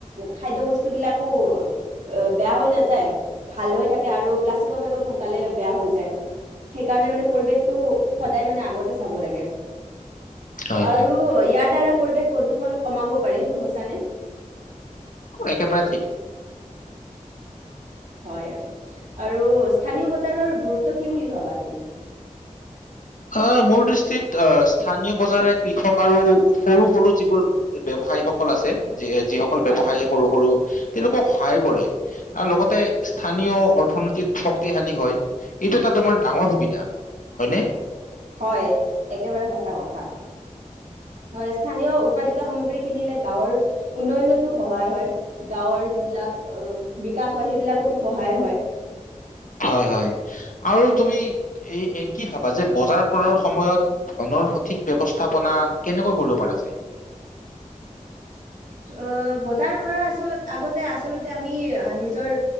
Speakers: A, on the right; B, on the left.
A: খাদ্য বস্তুবিলাকো এ বেয়া হৈ নাযায় ভাল হৈ থাকে আৰু প্লাষ্টিকৰ বেগত সোনকালে বেয়া হৈ যায় সেইকাৰণে মানে পৰিৱেশটো সদায় মানে আগতে চাব লাগে।
B: হয়
A: আৰু
B: হয়
A: ইয়াৰ দ্বাৰা পৰিৱেশ প্ৰদূষণ কমাব পাৰে সেইটো সঁচা নে?
B: একেবাৰে ঠিক
A: হয় আৰু স্থানীয় বজাৰৰ গুৰুত্ব কি বুলি ভাবা তুমি?
B: অ' মোৰ দৃষ্টিত অ' স্থানীয় বজাৰে কৃষক আৰু সৰু -সৰু যিবোৰ ব্যৱসায়ীসকল আছে যিসকল ব্যৱসায়ী
A: হয়,
B: সৰু -সৰু তেওঁলোকক সহায়। কৰে আৰু লগতে স্থানীয় অৰ্থনীতিত শক্তিশালী হয় এইটো এটা তোমাৰ ডাঙৰ সুবিধা হয়নে?
A: হয় একেবাৰে সঁচা কথা হয় স্থানীয় উৎপাদিত সামগ্ৰী কিনিলে গাঁৱৰ উন্নয়নতো সহায় হয়। গাঁৱৰ যিবিলাক, বিকাশ হয় সেইবিলাকতোঁ সহায় হয়।
B: হয়, হয়, আৰু তুমি এ, কি ভাবা যে বজাৰ কৰাৰ সময়ত, ধনৰ সঠিক ব্যৱস্থাপনা কেনেকৈ কৰিব পৰা যায়?
A: অ' বজাৰ কৰাৰ আচলত, আগতে আচলতে আমি নিজৰ